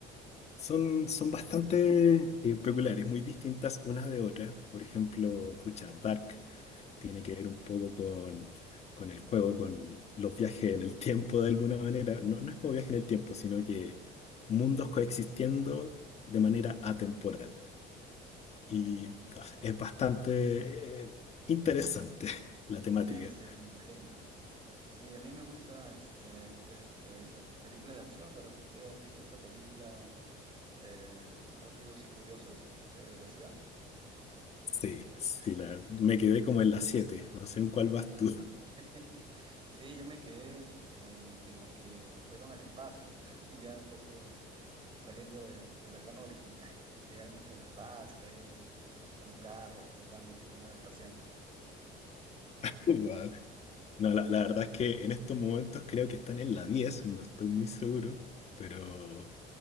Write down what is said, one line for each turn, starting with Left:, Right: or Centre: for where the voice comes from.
Left: son, son bastante eh, peculiares, muy distintas unas de otras. Por ejemplo, pucha, Dark tiene que ver un poco con, con el juego, con los viajes en el tiempo de alguna manera. No, no es como viaje en el tiempo, sino que mundos coexistiendo de manera atemporal. Y no es bastante eh, interesante <laughs> la temática.
Right: Sí, sí, me imagino. Sí, a mí me gusta este, este, estas películas de acción. ¿De repente has visto esta película eh, Rápidos y Furiosos de velocidad?
Left: Sí, sí, la- me quedé como en la siete No sé en cuál vas tú.
Right: <laughs> Sí, yo me quedé este, en la que fueron al espacio, ¿no? <laughs> Ya un poco saliendo de, de la trama original. <laughs> Llegaron hasta el espacio, ahí con un carro ahí flotando tipo nave espacial.
Left: <laughs> Guau. No, la, la verdad es que en estos momentos creo que están en la diez no estoy muy seguro, pero